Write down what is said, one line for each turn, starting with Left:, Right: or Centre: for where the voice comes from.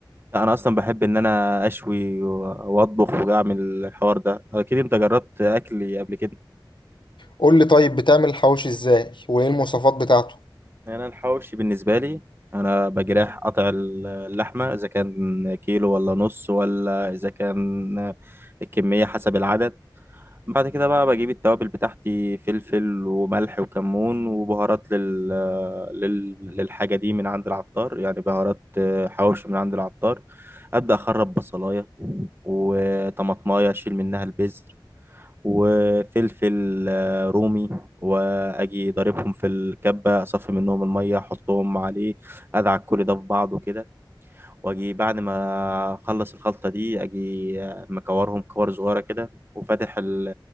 Right: لا، انا اصلا بحب ان انا اشوي و- واطبخ واعمل الحوار ده اكيد انت جربت اكلي قبل كده
Left: قول لي طيب بتعمل الحواوشي ازاي وايه المواصفات بتاعته
Right: انا الحواوشي بالنسبه لي انا بجرح قطع اللحمه اذا كان كيلو ولا نص ولا اذا كان الكميه حسب العدد بعد كده بقى بجيب التوابل بتاعتي فلفل وملح وكمون وبهارات لل... لل... للحاجة دي من عند العطار يعني بهارات آه، حواوشي من عند العطار أبدأ أخرب بصلاية وطماطماية أشيل منها البذر وفلفل آه، رومي وأجي ضاربهم في الكبة أصفي منهم المية أحطهم عليه أدعك كل ده في بعضه كده واجي بعد ما اخلص الخلطه دي اجي مكورهم كور صغيره كده وفاتح ال-